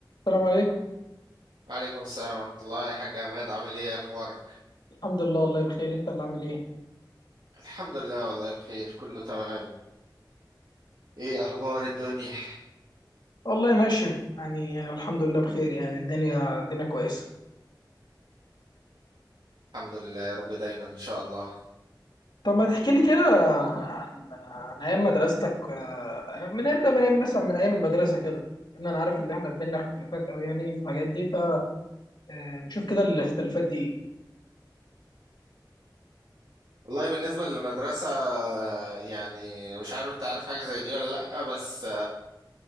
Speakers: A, on the left; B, on the right.
A: السلام عليكم
B: وعليكم السلام ورحمة الله يا حاج عماد عامل ايه اخبارك
A: الحمد لله والله بخير انت اللي عامل ايه
B: الحمد لله والله بخير كله تمام ايه اخبار الدنيا
A: والله ماشي يعني الحمد لله بخير يعني الدنيا الدنيا كويسه
B: الحمد لله يا رب دايما ان شاء الله
A: طب ما تحكي لي كده عن عن ايام مدرستك آه، من ابدا من ايام مثلا من ايام المدرسه كده ان انا عارف ان احنا بينا اختلافات او يعني في الحاجات دي فنشوف كده الاختلافات دي ايه
B: والله بالنسبة للمدرسة يعني مش عارف انت عارف حاجة زي دي ولا لأ بس